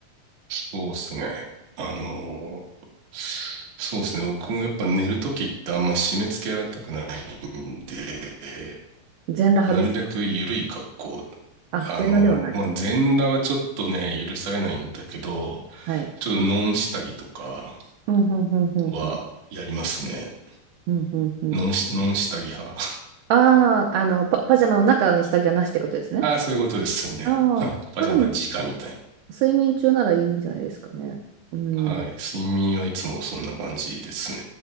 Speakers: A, on the right; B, on the right.
A: そうですね。あのーそうですね。僕もやっぱ寝るときってあんま締め付けられたくないんで、
B: 全裸派ですか
A: なるべく緩い格好。
B: あ、
A: あのーまあ、
B: 全裸ではない。
A: 全裸はちょっとね、許されないんだけど、
B: はい。
A: ちょっとノン下着とか
B: うんうんうんうんうん。
A: はやりますね。
B: うんうんうん。
A: ノンし、ノン下着派。
B: ああ、あの、パ、パジャマの中に下着はなしってことですね。
A: <laughs> ああ、そういうことですね。
B: ああ、
A: はい。パジャマ直みたい
B: まあでも、睡眠中ならいいんじゃないですかね。うん。
A: な。はい。睡眠はいつもそんな感じですね。